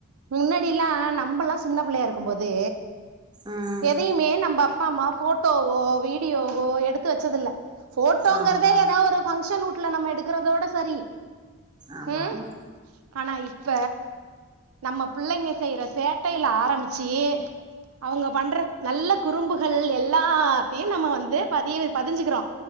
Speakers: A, on the right; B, on the right.
A: முன்னாடில்லா நம்பல்லா சின்ன புள்ளயா இருக்கும்போது
B: ம்.
A: எதையுமே நம்ப அப்பா அம்மா ஃபோட்டோவோ வீடியோவோ எடுத்து வச்சதுல்ல ஃபோட்டோங்கறதே
B: ஆமா.
A: ஏதா ஒரு பங்ஷன் வூட்ல நம்ம எடுக்கறதோட சரி
B: ஆமாமா.
A: ம் ஆனா இப்ப நம்ம பிள்ளைங்க செய்ற சேட்டையில ஆரம்பிச்சி அவுங்க பண்ற நல்ல குறும்புகள் எல்லாத்தையு நம்ம வந்து பதிய பதுஞ்சுக்குறோ